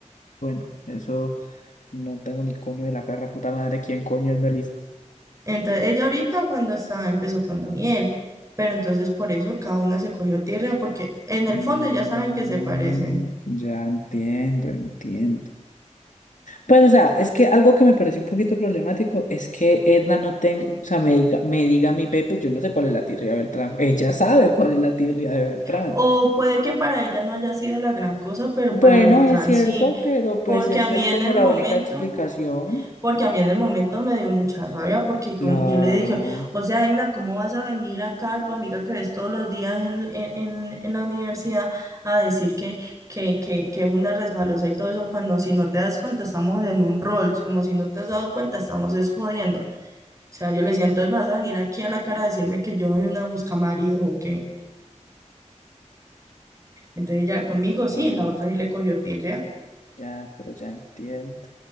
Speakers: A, on the left; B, on the right.
A: Bueno, eso no tengo ni coño de la perra puta madre, ¿quién coño es Melissa?
B: Entonces, ella ahorita cuando estaba empezó con Daniel, pero entonces por eso cada una se cogió tierra, porque en
A: Mm,
B: el fondo ya saben que se parecen.
A: ya entiendo, entiendo. Pues, o sea, es que algo que me pareció un poquito problemático es que Edna no tenga, o sea, me diga, me diga a mi Pepe, yo no sé cuál es la tirria de Beltrán. Ella sabe cuál es la tirria de Beltrán.
B: O puede que para ella no haya sido la gran cosa, pero
A: Bueno,
B: para Beltrán
A: es cierto,
B: sí,
A: pero pues
B: porque
A: eso
B: a mí
A: es
B: en
A: como
B: el
A: la
B: momento
A: única explicación.
B: Porque a mí en el momento me dio mucha rabia porque
A: Claro.
B: como- yo le dije, o sea, Igna, ¿cómo vas a venir acá, tu amiga que ves todos los días en, en, en- en la universidad, a decir que, que, que, que es una resbalosa y todo eso, cuando si no te das cuenta estamos en un rol, como si no te has dado cuenta estamos es jodiendo? O sea, yo le decía, entonces me vas a venir aquí a la cara a decirme que yo soy una buscamarido o qué. Entonces ya conmigo
A: Ah,
B: sí, la otra sí le cogió tirria.
A: ya, pero ya entiendo.